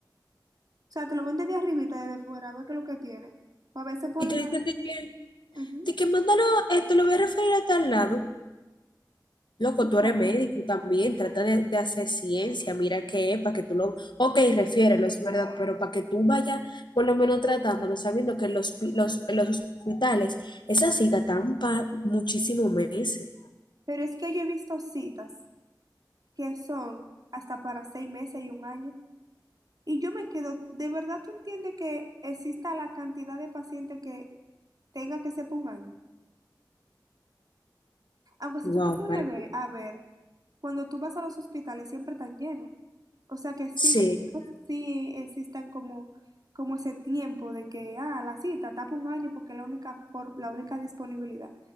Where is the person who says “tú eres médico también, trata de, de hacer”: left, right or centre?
Left